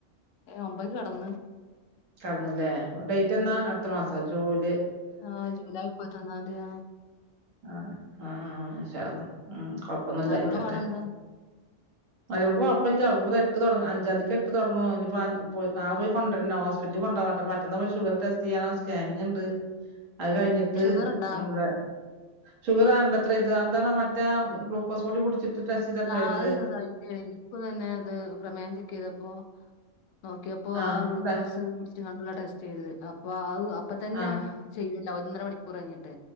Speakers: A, on the left; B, on the right.
A: ഒമ്പക്ക്, കിടന്ന്.
B: കടന്നല്ലേ, ഡേറ്റ് എന്നാ,
A: ഉം
B: അടുത്ത, മാസം, ജൂലയ്
A: ആഹ്, ജൂലൈ, മുപ്പത്തി ഒന്നാം, തീയതിയാ
B: ആഹ്, ആ, ആഹ്, ആഷള്ള, ഉം, കൊ പ്പൊന്നില്ലാരിക്കട്ടെ,
A: മരോളെ പാടെന്താ
B: അൾക്ക്, കൊഴപ്പില്യ, അവക്ക്, ഇപ്പ ദേ, എട്ട്, തുടങ്ങ അഞ്ചാംതിയ്ക്ക് എട്ട് തൊടങ്ങോ ഇനിയിപ്പോ അഞ്ചന്തിക്ക്, എട്ട്, തൊടങ്ങും, പോയ്‌, നാള പോയ്, കൊണ്ടരണം, ഹോസ്പിറ്റലിൽ, കൊണ്ട്പോകാനായ്ട്ട്, മറ്റന്ന, മോല്, ഷുഗറ്, ടെസ്റ്റ് ചെയ്യാനോ സ്കാനിങ്, ണ്ട്, അത്, കഴിഞ്ഞിട്ട്,
A: ഉം ഷുഗർണ്ടാ
B: വ്ടെ ഷുഗറ്, അണ്ടത്ര, ഇത് അത് എന്താണ്, മറ്റേ, ഗ്ലൂക്കോസ്, പൊടി, കുടിച്ചിട്ട് ടെസ്റ്റ് ചെയ്തപ്പഴേ
A: ആഹ്,
B: ഇണ്ട്
A: അത് <unintelligible> ഇപ്പൊ, തന്നെ, അത്, പ്രമേഹം, ചെക്ക്, ചെയ്തപ്പോ നോക്കി, അപ്പോ,
B: ആഹ്
A: ആ, ഗ്ലൂക്കോസ്,
B: എന്താ
A: കുടിച്ച്, എങ്ങാണ്ടുള്ള, ടെസ്റ്റ്, ചെയ്തത്, അപ്പൊ, ആഹ് അ അപ്പൊ, തന്നെ,
B: ആഹ്
A: ചെയ്യല്ലോ, ഒന്നര, മണിക്കൂർ, കഴിഞ്ഞിട്ട്,